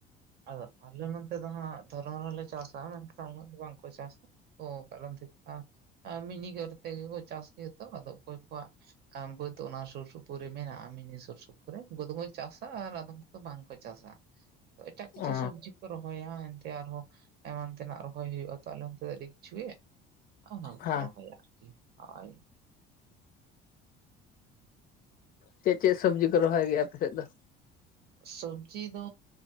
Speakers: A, on the right; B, on the left.
A: ᱟᱫᱚ ᱟᱞᱮ ᱱᱚᱛᱮ ᱫᱚ ᱦᱟᱸᱜ ᱫᱷᱚᱨᱚᱱ ᱦᱚᱞᱮ ᱪᱟᱥᱟᱟ ᱢᱮᱱᱠᱷᱟᱱ ᱩᱱᱟᱹᱜ ᱫᱚ ᱵᱟᱝ ᱠᱚ ᱪᱟᱥᱟ᱾ ᱚ ᱠᱟᱨᱚᱱ <unintelligible> ᱢᱤᱱᱤᱜᱟᱹᱨ ᱛᱮᱜᱮ ᱠᱚ ᱪᱟᱥ ᱜᱮᱭᱟ ᱛᱚ ᱟᱫᱚ ᱚᱠᱚᱭ ᱠᱚᱣᱟᱜ, ᱠᱟᱱ ᱵᱟᱹᱫᱽ ᱚᱱᱟ ᱥᱩᱨ ᱥᱩᱯᱩᱨ ᱨᱮ ᱢᱮᱱᱟᱜᱼᱟ᱾ ᱢᱤᱱᱤ ᱥᱩᱨ ᱥᱩᱯᱩᱨ ᱨᱮ ᱩᱱᱠᱩ ᱫᱚ ᱠᱚ ᱪᱟᱥ-ᱟ ᱟᱨ ᱟᱫᱚᱢ ᱠᱚ ᱫᱚ ᱵᱟᱝᱠᱚ ᱪᱟᱥ-ᱟ᱾ ᱮᱴᱟᱜ ᱠᱤᱪᱷᱩ
B: ᱚ
A: ᱥᱚᱵᱡᱤ ᱠᱚ ᱨᱚᱦᱚᱭᱟ ᱟᱨᱦᱚᱸ ᱮᱢᱟᱱ ᱛᱮᱱᱟᱜ ᱨᱚᱦᱚᱭ ᱦᱩᱭᱩᱜᱼᱟ ᱛᱚ ᱟᱞᱮ ᱟᱱᱛᱮ ᱫᱚ ᱟᱹᱰᱤ ᱠᱤᱪᱷᱩ ᱚᱱᱟ ᱠᱚ
B: ᱦᱮᱸ
A: ᱠᱚ ᱟᱨᱠᱤ ᱟᱭ᱾
B: ᱪᱮᱫ ᱪᱮᱫ ᱥᱚᱵᱡᱤ ᱠᱚ ᱨᱚᱦᱚᱭ ᱜᱮᱭᱟ ᱟᱯᱮᱥᱮᱫ ᱫᱚ
A: ᱥᱚᱵᱡᱤᱻ ᱫᱚᱻ